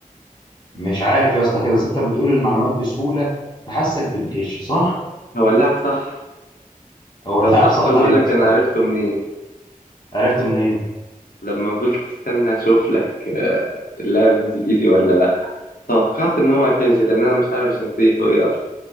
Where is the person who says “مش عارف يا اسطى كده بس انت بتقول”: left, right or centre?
Left